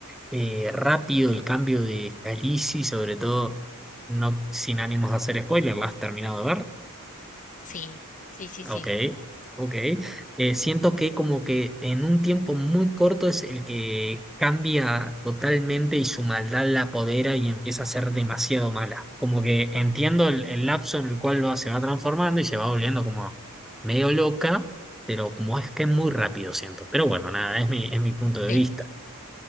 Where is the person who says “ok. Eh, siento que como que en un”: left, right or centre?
Centre